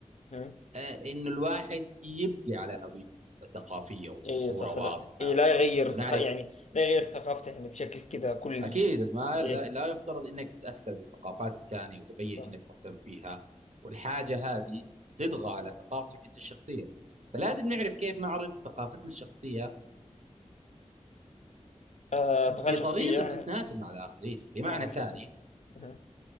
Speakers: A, on the left (about 65°); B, on the right (about 65°).
A: اها
B: آه، انه الواحد يبقى على هويته الثقافيه
A: اي
B: بصوره
A: صح
B: واضحه
A: لا اي لا يغير
B: ونعرف
A: تخ... يعني لا يغير ثقافته يعني بشكل كذا كلي
B: أكيد ما
A: اي
B: لا, لا يفترض أنك تتأثر بثقافات الثاني وتبين
A: صح
B: أنك مهتم فيها والحاجة هذه تطغى على ثقافتك أنت الشخصية فلازم نعرف كيف نعرض ثقافتنا الشخصية
A: آه ثقافة
B: بطريقة
A: شخصية يعني-
B: بتتناسب مع الآخرين بمعنى
A: اه اوكي
B: ثاني
A: اوكي اها